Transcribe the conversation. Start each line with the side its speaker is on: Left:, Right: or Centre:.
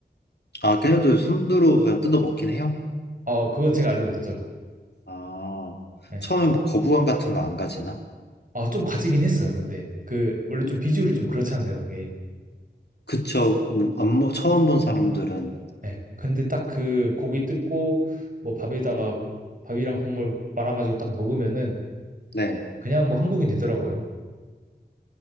Left: 아, 걔네도 손으로 그냥 뜯어 먹긴 해요?
Right: 아 그건 제가 알려줬죠.
Left: 아,
Right: 네.
Left: 처음에 막 거부감 같은 거 안 가지나?
Right: 아좀 가지긴 했어요. 근데 그 원래 좀 비주얼이 좀 그렇잖아요. 그게.
Left: 그쵸. 음, 안, 먹- 처음 본 사람들은.
Right: 네. 근데 딱 그 고기 뜯고 뭐 밥에다가 밥이랑 국물 말아가지고 딱 먹으면은
Left: 네.
Right: 그냥 뭐 한국인 되더라고요.